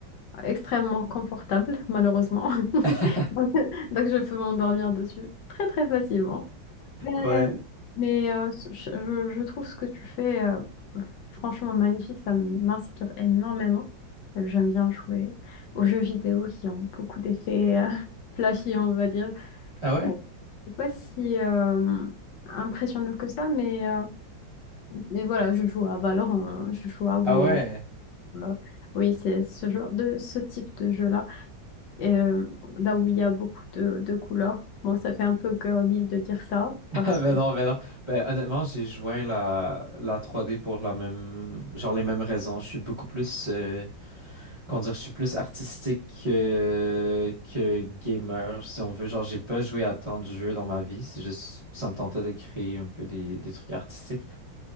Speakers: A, on the left; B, on the right.
A: extrêmement confortable, malheureusement. <laughs>
B: <laughs>
A: Donc, je peux m'endormir dessus très, très facilement. Mais,
B: Ouais.
A: mais, euh, je, je- je trouve ce que tu fais euh, franchement magnifique. Ça m'inspire énormément. J'aime bien jouer aux jeux vidéo qui ont beaucoup d'effets euh, <laughs> flashy, on va dire.
B: Ah ouais?
A: Bon, c'est pas si euh, impressionnant que ça, mais... euh, Mais voilà, je joue à Valorant, hein. je joue à WoW.
B: Ah ouais.
A: euh, Oui, c'est ce genre de ce type de jeu-là. Et euh, là où il y a beaucoup de, de couleurs. Bon, ça fait un peu girly de dire ça,
B: <laughs>
A: parce
B: Ben
A: que
B: non, ben non. Ben honnêtement, j'ai joint la, la 3D pour la même, genre les mêmes raisons. Je suis beaucoup plus, euh, comment dire, je suis plus artistique que, que gamer, si on veut. Genre, j'ai pas joué à tant de jeux dans ma vie. C'est juste, ça me tentait de créer un peu des, des trucs artistiques.